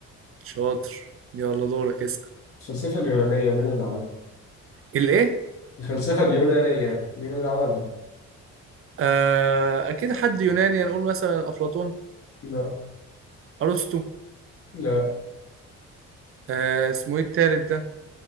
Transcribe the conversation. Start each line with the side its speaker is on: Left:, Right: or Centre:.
Right: شاطر يلا دورك اسأل
Left: الفلسفة اليونانية مين اللي عملها؟
Right: الإيه؟
Left: الفلسفة اليونانية مين اللي عملها؟
Right: آه أكيد حد يوناني هنقول مثلا أفلاطون
Left: لا
Right: أرسطو
Left: لا
Right: آه اسمه إيه التالت ده؟